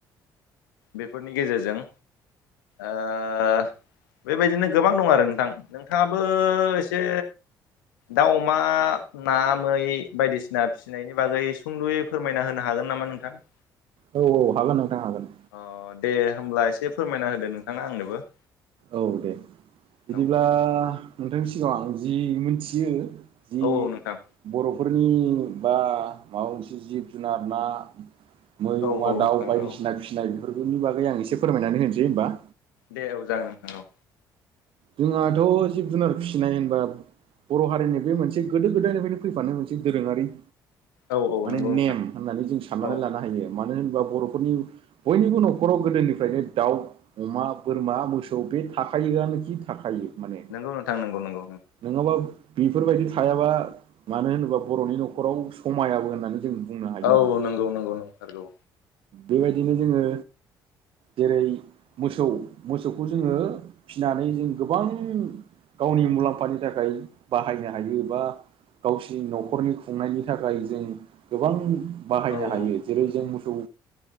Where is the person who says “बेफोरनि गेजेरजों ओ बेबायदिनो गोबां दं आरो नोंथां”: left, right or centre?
Left